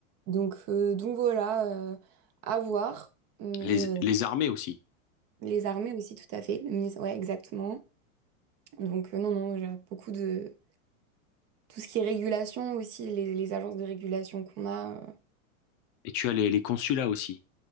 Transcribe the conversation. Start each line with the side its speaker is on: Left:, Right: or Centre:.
Right: Donc, euh, donc voilà, euh, à voir. Mais
Left: Les,
Right: euh,
Left: les armées aussi.
Right: les armées aussi, tout à fait. Le ministère... Ouais, exactement. Donc, euh, non, non, j'ai beaucoup de... tout ce qui est régulation aussi, les, les agences de régulation qu'on a. euh,
Left: Et tu as les, les consulats aussi.